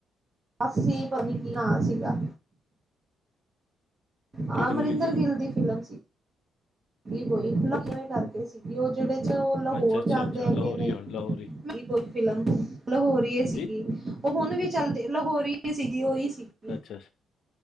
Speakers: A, on the right; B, on the left.
A: ਅੱਸੀ <unintelligible> ਨਾਂ ਸੀਗਾ। ਹਾਂ
B: ਕਿਹੜੀ
A: ਅਮਰਿੰਦਰ
B: ਮੂਵੀ ਸੀ?
A: ਗਿੱਲ ਦੀ ਫਿਲਮ ਸੀ। ਗੀ ਕੋਈ ਕਿਵੇਂ ਕਰਕੇ ਸੀਗੀ ਉਹ ਜਿਹੜੇ ਚ ਉਹ ਲਾਹੌਰ
B: ਅੱਛਾ, ਅੱਛਾ,
A: ਜਾਂਦੇ
B: ਅੱਛਾ
A: ਹੈਗੇ
B: ਲਾਹੌਰੀ
A: ਨੇ।
B: ਹੁਣ ਲਾਹੌਰੀ
A: ਕੋਈ ਫਿਲਮ ਲਹੋਰੀਏ
B: ਹਾਂਜੀ,
A: ਸੀਗੀ। ਉਹ ਹੁਣ ਵੀ ਚੱਲਦੀ ਲਾਹੋਰੀ ਸੀਗੀ ਉਹੀ ਸੀਗੀ।
B: ਅੱਛਾ।